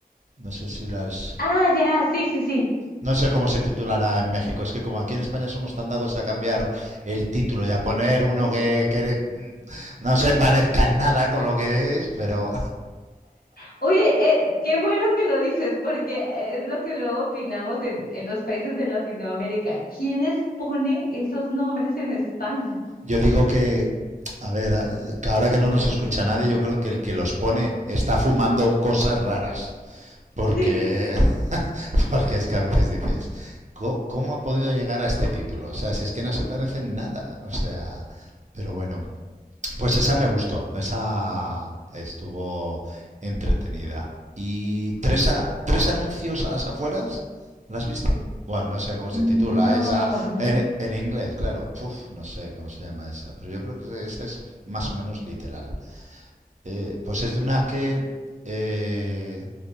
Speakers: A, on the right; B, on the left.
A: no sé si las...
B: Ah, ya, sí, sí, sí.
A: No sé cómo se titulará en México. Es que como aquí en España somos tan dados a cambiar el título y a poner uno que, que no se parezca en nada con lo que es, pero
B: Oye, eh, qué bueno que lo dices, porque eh, es lo que luego opinamos en, en los países de Latinoamérica. ¿Quién les pone esos nombres en España?
A: <laughs> yo digo que, a ver, que ahora que no nos escucha nadie, yo creo que el que los pone está fumando cosas raras. Porque,
B: <laughs> Sí.
A: <laughs> porque es que a veces dices, ¿cómo, cómo ha podido llegar a este título? O sea, si es que no se parece en nada. O sea, pero bueno, Pues esa me gustó, esa estuvo entretenida. ¿Y tres, a- tres anuncios a las afueras? ¿La has visto? Bueno, no sé cómo se
B: No,
A: titula esa
B: no.
A: en, en inglés, claro. Uf, no sé cómo se llama esa, pero yo creo que esa es más o menos literal. Eh, pues es de una que eh,